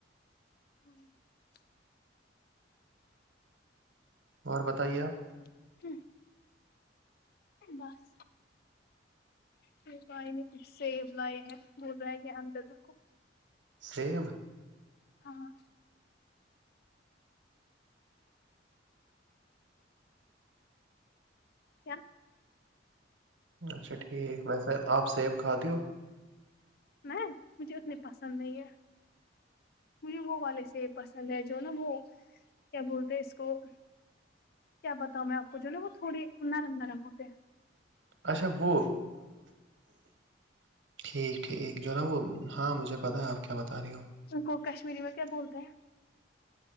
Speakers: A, on the left (about 55°); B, on the right (about 80°).
A: <unintelligible>
B: اور بتائیے آپ
A: <unintelligible> بس پ بھائی نے کچھ سیو لائے ہیں وہ رہ گیا اندر رکھو
B: <unintelligible>
A: ہاں کیا
B: اچھا ٹھیک ویسے آپ سیب کھاتی ہو
A: میں مجھے اتنی پسند نہیں ہے مجھے وہ والے سے پسند ہے جو نا وہ کیا بولتے اس کو کیا بتاؤں میں آپ کو جو نا وہ تھوڑی نرم نرم ہوتے ہیں
B: اچھا وہ ٹھیک ٹھیک جو نا وہ ہاں مجھے پتا ہے آپ کیا بتا رہی ہو
A: ان کو کشمیری میں کیا بولتے ہیں